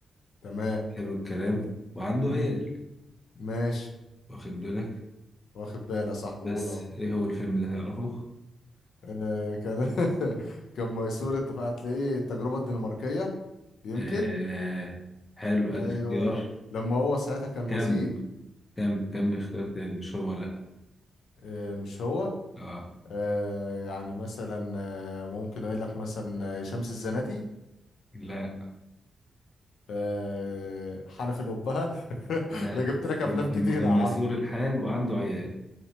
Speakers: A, on the left (about 85°); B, on the left (about 20°).
A: تمام
B: حلو الكلام وعنده
A: مم.
B: عيال
A: ماشي
B: واخد بالك
A: واخد بالي يا صاحبي
B: بس
A: قول اهو
B: إيه هو الفيلم ده تعرفه
A: آه، كان
B: <laughs>
A: <laughs> كان ميسور اتفق هتلاقيه التجربة الدنماركية يمكن
B: آه حلو أدي
A: ايوه
B: اختيار
A: لما هو ساعتها كان
B: كمل
A: وزير
B: كم كم اختيار تاني مش هو لا
A: آه، مش هو
B: اه
A: آه، يعني مثلا آه، ممكن اقول لك مثلا آه، شمس الزناتي
B: لا
A: آه، حنف الأبهة <laughs>
B: لا
A: انا جبت لك
B: لما
A: افلام
B: كان
A: كتير
B: كان
A: يا عم
B: ميسور الحال وعنده عيال